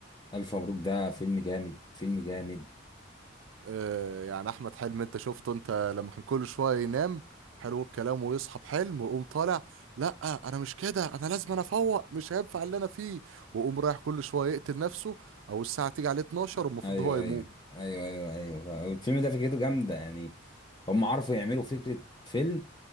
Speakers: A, on the left; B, on the right.
A: ألف مبروك ده فيلم جامد فيلم جامد
B: آه، يعني احمد حلمي انت شفته انت لما كان كل شويه ينام حلو الكلام ويصحى بحلم ويقوم طالع لا انا مش كده انا لازم انا افوق مش هينفع اللي انا فيه ويقوم رايح كل شويه يقتل نفسه او الساعه تيجي عليه 12 والمفروض
A: أيوه
B: هو يموت
A: أيوه أيوه أيوه أيوه الفيلم ده فكرته جامدة يعني هم عرفوا يعملوا فكرة فيلم